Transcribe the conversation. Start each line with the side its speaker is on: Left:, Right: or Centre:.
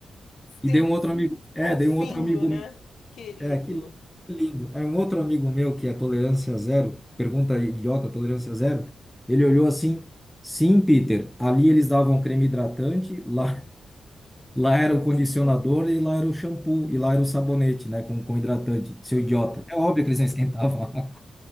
Left: Sim,
Centre: E dei um outro amigo, é,
Left: fofinho,
Centre: dei um outro amigo
Left: né? Querido.
Centre: é, que lindo. Aí um outro amigo meu que é tolerância zero, pergunta idiota, tolerância zero, ele olhou assim, sim, Peter, ali eles davam creme hidratante, lá, lá era
Left: Pois,
Centre: o condicionador e lá era o shampoo, e lá era o sabonete, né, com, com hidratante, seu
Left: não
Centre: idiota.
Left: sei.
Centre: É óbvio que eles não esquentavam <laughs> a água.